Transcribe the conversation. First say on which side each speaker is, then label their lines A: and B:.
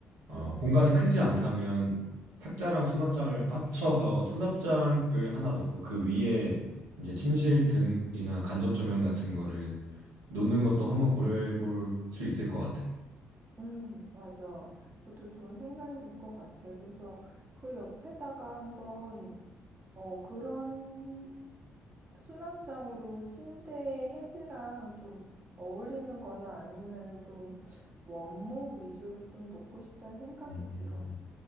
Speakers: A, on the right; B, on the right.
A: 어,
B: 응, 응,
A: 공간이
B: 응.
A: 크지 않다면 탁자랑 수납장을 합쳐서 수납장을 하나 놓고 그 위에 이제 침실 등이나 간접 조명 같은 거를 놓는 것도 한번 고려해 볼 수 있을 것 같아.
B: 음, 맞아. 그것도 좋은 생각인 것 같아. 그래서 그 옆에다가 한번, 어, 그런 수납장으로 침대 헤드랑 좀 어울리는 거나 아니면은 좀 원목 위주로 좀 놓고 싶다는 생각이
A: 음.
B: 들어.